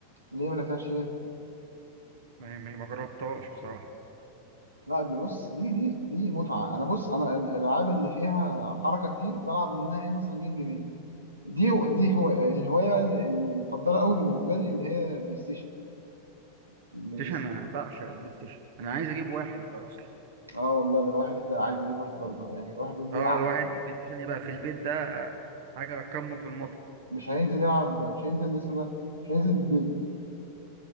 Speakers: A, on the right; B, on the right.
A: ليه ما لعبتهاش ليه
B: ما ما ما جربتهاش بصراحه
A: لا دي بص دي دي دي متعه انا بص انا ال- الالعاب اللي فيها حركه كتير بلعب منها ايه مثلا جيم جيمين دي دي هو الهوايه بقى اللي اللي مفضله قوي بالنسبه لي اللي هي بلاي ستيشن بلاي
B: بلاي
A: ست-
B: ستيشن انا بعشق البلاي ستيشن انا عايز اجيب واحد اصلا
A: اه والله ده الواحد عايز يجيب واحد برضه يعني الواحد بينزل
B: اه
A: يلعب
B: الواحد بلاي ستيشن يبقى في البيت ده حاجه قمه في المتعه
A: مش هينزل يلعب مش هينزل اسمه ده مش هينزل البيت